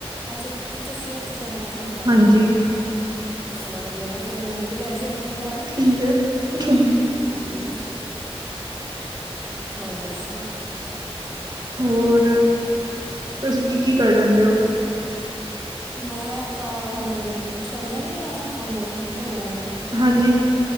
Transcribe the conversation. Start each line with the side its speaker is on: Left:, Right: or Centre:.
Centre: ਅੱਛਾ ਤੁਸੀਂ ਉੱਥੇ ਜਾਣਾ ਪਸੰਦ ਕਰੋਗੇ
Right: ਹਾਂਜੀ
Centre: ਚਲੋ ਵਧੀਆ ਗੱਲ ਫਿਰ ਮੈਨੂੰ ਵੀ ਲੈ ਜਓ ਆਪਣੇ ਨਾਲ
Right: ਠੀਕ ਹੈ ਠੀਕ
Centre: ਹਾਂਜੀ ਹੋਰ ਦੱਸੋ
Right: ਹੋਰ ਤੁਸੀਂ ਕੀ ਕੀ ਕਰ ਲੈਂਦੇ ਹੋ
Centre: ਮੈਂ ਤਾਂ ਹੁਣ ਛੋਲੇ ਨੀ ਆ ਹਦੇ ਬੁਣੇ ਹੋਏ
Right: ਹਾਂਜੀ